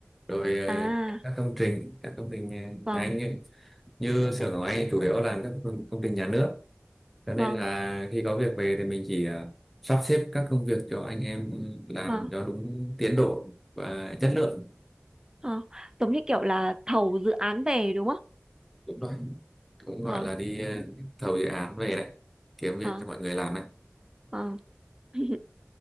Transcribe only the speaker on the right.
à
vâng
vâng
vâng
Ờ, giống như kiểu là thầu dự án về đúng không?
Ờ,
ờ,
ờ. <laughs>